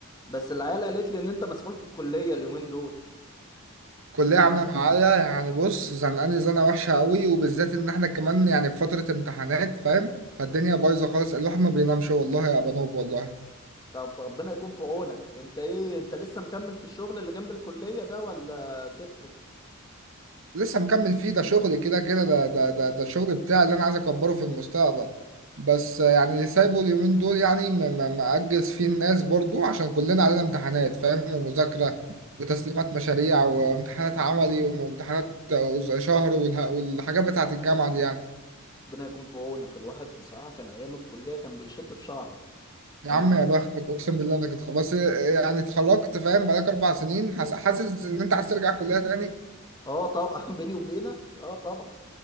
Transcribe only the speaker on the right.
كلية عاملة معايا يعني بص زنقاني زنقة وحشة قوي وبالذات إن إحنا كمان يعني في فترة امتحانات فاهم فالدنيا بايظة خالص الواحد ما بينامش والله يا بنوب والله
لسه مكمل فيه ده شغل كده كده ده ده ده ده الشغل بتاعي اللي أنا عايز أكبره في المستقبل بس يعني سايبه اليومين دول يعني م- م- مأجز فيه الناس برضو عشان كلنا علينا امتحانات فاهم ومذاكرة وتسليمات مشاريع وامتحانات عملي وامتحانات شهر والح- والحاجات بتاعة الجامعة دي يعني
يا
عم يا بختك اقسم بالله انا كنت خلاص يعني اتخرجت فاهم بقالك اربع سنين حاس- حاسس ان انت عايز ترجع كليه تاني